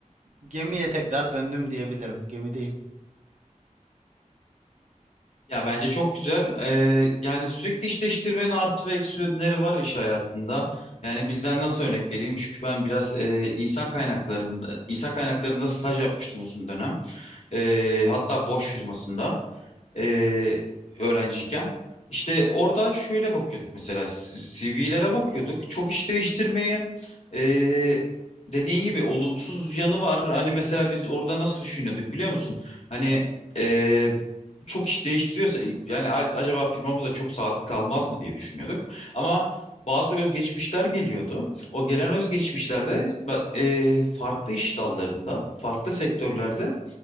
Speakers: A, on the right; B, on the left.
A: gemiye tekrar döndüm diyebilirim. Gemideyim.
B: Ya bence çok güzel. Ee, yani sürekli iş değiştirmenin artı ve eksi yönleri var iş hayatında. Yani bizden nasıl örnek vereyim? Çünkü ben biraz e, insan kaynaklarında insan kaynaklarında staj yapmıştım uzun dönem. Ee, hatta Boş firmasında. e, öğrenciyken. İşte orada şöyle bakıyorduk mesela CV'lere bakıyorduk. Çok iş değiştirmeyi e, dediğin gibi olumsuz yanı var. Hani mesela biz orada nasıl düşünüyorduk biliyor musun? Hani e, çok iş değiştiriyorsa yani a- acaba firmamıza çok sadık kalmaz mı diye düşünüyorduk. Ama bazı özgeçmişler geliyordu. O gelen özgeçmişlerde ba- e, farklı iş dallarında, farklı sektörlerde